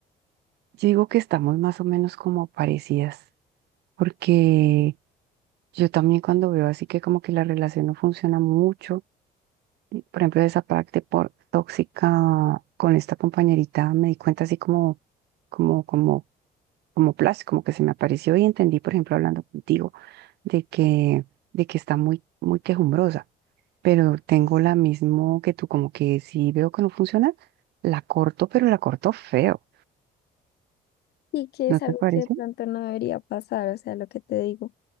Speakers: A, on the right; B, on the left.
A: Yo digo que estamos más o menos como parecidas, porque yo también cuando veo así que como que la relación no funciona mucho, y, por ejemplo, de esa parte por tóxica con esta compañerita, me di cuenta así como, como, como, como flash, como que se me apareció y entendí, por ejemplo, hablando contigo, de que, de que está muy, muy quejumbrosa, pero tengo la mismo que tú, como que si veo que no funciona, la corto, pero la corto feo,
B: Y que
A: ¿no
B: es
A: te
B: algo
A: parece?
B: que de pronto no debería pasar, o sea, lo que te digo.